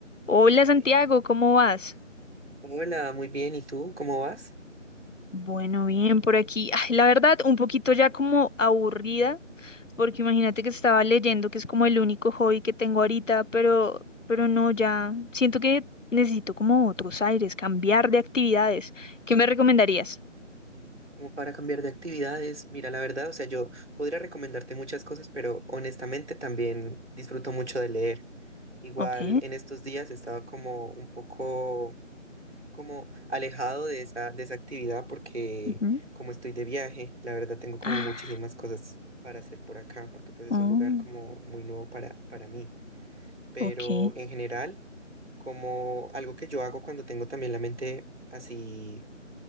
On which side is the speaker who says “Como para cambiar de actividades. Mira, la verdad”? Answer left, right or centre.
Right